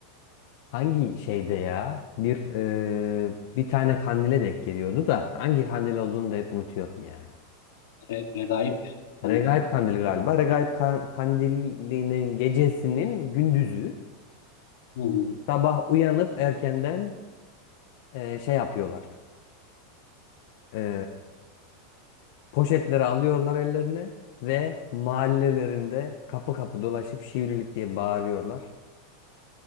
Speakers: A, on the left; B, on the left.
A: hangi şeyde ya bir e, bir tane kandile denk geliyordu da hangi kandil olduğunu da hep unutuyorum ya.
B: Re- Regaip Kandili
A: Regaip
B: mi?
A: kandili galiba. Regaip kan- kandilinin gecesinin gündüzü
B: Hı hı.
A: sabah uyanıp erkenden e, şey yapıyorlar. E, Poşetleri alıyorlar ellerine ve mahallelerinde kapı kapı dolaşıp şivrilik diye bağırıyorlar.